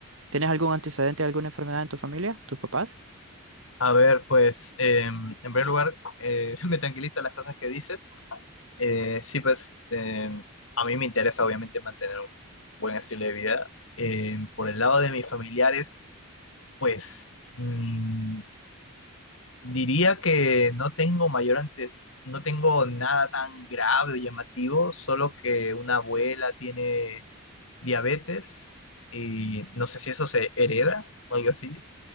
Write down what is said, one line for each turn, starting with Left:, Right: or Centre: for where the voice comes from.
Right: ¿Tienes algún antecedente, alguna enfermedad en tu familia, tus papás?
Left: A ver, pues em, en primer lugar, eh, <laughs> me tranquilizan las cosas que dices. Eh, sí, pues eh, a mí me interesa obviamente mantener un buen estilo de vida. Eh, por el lado de mis familiares, pues mm, diría que no tengo mayor antes, no tengo nada tan grave o llamativo, solo que una abuela tiene diabetes y no sé si eso se hereda o algo así.